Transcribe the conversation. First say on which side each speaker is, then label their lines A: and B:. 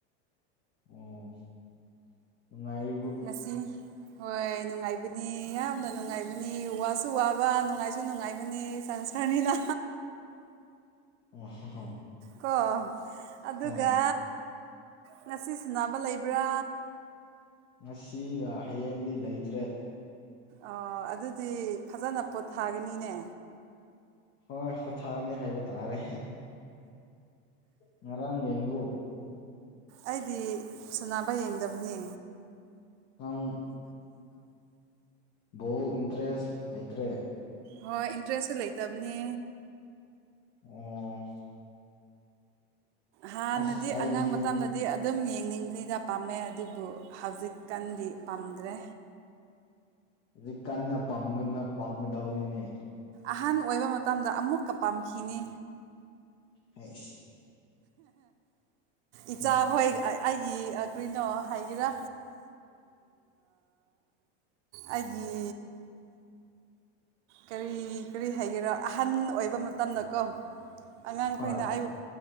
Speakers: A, on the left; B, on the right.
A: ꯑꯣꯉꯥꯏ
B: ꯉꯁꯤ ꯍꯣꯏ ꯅꯨꯡꯉꯥꯏꯕꯅꯤ ꯌꯥꯝꯅ ꯅꯨꯡꯉꯥꯏꯕꯅꯤ ꯋꯥꯁꯨ ꯋꯥꯕ ꯅꯨꯡꯉꯥꯏꯁꯨ ꯅꯨꯡꯉꯥꯏꯕꯅꯤ ꯁꯪ ꯈꯅꯤꯗ
A: ꯑꯣ
B: ꯀꯣ ꯑꯗꯨꯒ
A: ꯍꯣꯏ
B: ꯉꯁꯤ ꯁꯅꯕ ꯂꯩꯕ꯭ꯔꯥ
A: ꯉꯁꯤꯒ ꯍꯌꯦꯡꯗꯤ ꯂꯩꯇ꯭ꯔꯦ
B: ꯑꯣ ꯑꯗꯨꯗꯤ ꯐꯖꯅ ꯄꯣꯠ ꯊꯥꯒꯅꯤꯅꯦ
A: ꯍꯣꯏ ꯄꯣꯊꯥꯅꯤ ꯍꯥꯏꯕ ꯇꯥꯔꯦ ꯉꯔꯥꯡ ꯌꯦꯡꯕ꯭ꯔꯣ
B: ꯑꯩꯗꯤ ꯁꯣꯅꯥꯅꯕ ꯌꯦꯡꯗꯕꯅꯤ
A: ꯅꯪ ꯣ ꯏꯟꯇꯔꯦꯁ ꯂꯩꯇ꯭ꯔꯦ
B: ꯍꯣꯏ ꯏꯟꯇ꯭ꯔꯦꯁꯁꯨ ꯂꯩꯇꯕꯅꯤ
A: ꯑꯣ
B: ꯍꯥꯟꯅꯗꯤ
A: ꯑꯁ ꯑꯩꯒꯤ
B: ꯑꯉꯥꯡ ꯃꯇꯝꯅꯗꯤ ꯑꯗꯨꯝ ꯌꯦꯡꯅꯤꯡꯕꯅꯤꯅ ꯄꯥꯝꯃꯦ ꯑꯗꯨꯕꯨ ꯍꯧꯖꯤꯛꯀꯥꯟꯗꯤ ꯄꯥꯝꯗ꯭ꯔꯦ
A: ꯍꯧ ꯀꯟꯅ ꯄꯝꯒꯅ ꯄꯝꯒꯗꯧꯅꯤꯅꯦ
B: ꯑꯍꯟ ꯑꯣꯏꯕ ꯃꯇꯝꯗ ꯑꯃꯨꯛꯀ ꯄꯥꯝꯈꯤꯅꯤ
A: ꯍꯥꯏ
B: ꯏꯆꯥ
A: ꯎꯝ
B: ꯍꯣꯏ ꯑꯩꯒꯤ ꯀꯩꯅꯣ ꯍꯥꯏꯒꯦꯔꯥ ꯑꯩꯒꯤ ꯀꯔꯤ ꯀꯔꯤ ꯍꯥꯏꯒꯦꯔꯥ ꯑꯍꯟ ꯑꯣꯏꯕ ꯃꯇꯝꯗꯀꯣ ꯑꯉꯥꯡꯈꯣꯏꯅ
A: ꯍꯣꯏ
B: ꯑꯩꯕꯨꯛ